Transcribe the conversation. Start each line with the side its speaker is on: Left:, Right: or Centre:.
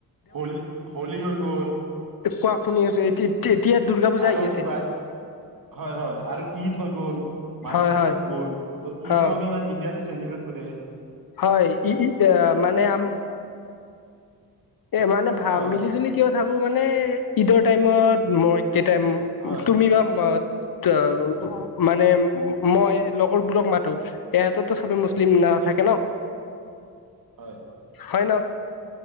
Right: হলী হলী হৈ গ'ল
Left: এ কোৱা শুনি আছে এই টি এতিয়া টিত দুৰ্গা পূজা
Right: আৰু
Left: আহি
Right: কিবা হয় হয় আৰু ই থৈ গ'ল মাজতে
Left: হয় হয়
Right: ঈদ গ'ল ত ঈদো
Left: অ
Right: আমি মানে ইণ্ডিয়াতে চেলিব্ৰেট কটে
Left: হয়। ই, এ, মানে, আম মানে, ভা,
Right: কোৱা
Left: মিলি-জুলি
Right: কোৱা
Left: কিয় থাক আৰু মানে ঈদৰ টাইমত মই কেতাইম
Right: হয়
Left: তুমি বা মা ত উ মানে মই লগৰবোৰক মাতো এহততো চবে মো মুছলিম নাও
Right: হয়
Left: থাকে ন
Right: হয়
Left: হয় ন